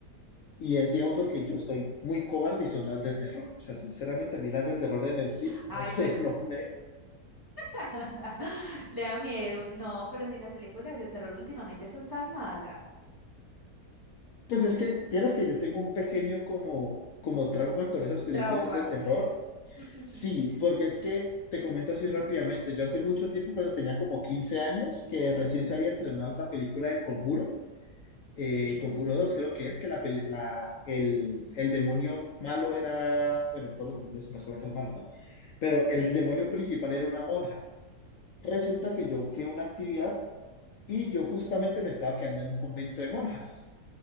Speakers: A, on the left; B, on the right.
A: y es, digamos, porque yo soy muy cobarde y son las de terror. O sea, sinceramente a mí las de terror en el cine,
B: Ay,
A: no sé,
B: pero
A: <laughs> no me,
B: <laughs> le da miedo. No, pero si las películas de terror últimamente son tan malas.
A: Pues es que,
B: No,
A: vieras que
B: es
A: yo tengo un pequeño como, como trauma con esas películas
B: trauma.
A: de terror.
B: <laughs>
A: Sí, porque es que te comento así rápidamente. Yo hace mucho tiempo, cuando tenía como 15 años, que recién se había estrenado esta película del Conjuro, eh,
B: Sí,
A: Conjuro dos, creo que es, que la, peli- la- el, el demonio malo era, bueno, todos los demonios supuestamente son malos, ¿no? Pero el
B: sí.
A: demonio principal era una monja. Resulta que yo fui a una actividad y yo justamente me estaba quedando en un convento de monjas.